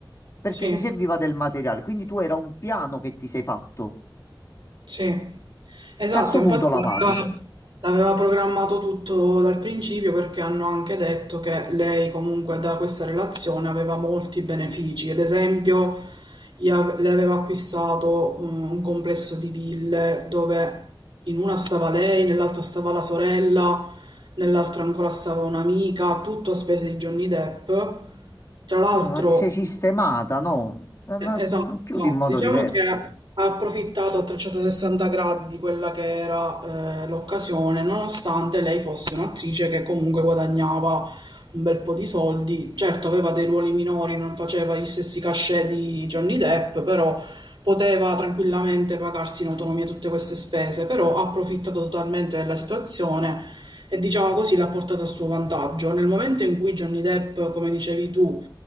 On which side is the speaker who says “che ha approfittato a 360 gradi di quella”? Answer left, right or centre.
Right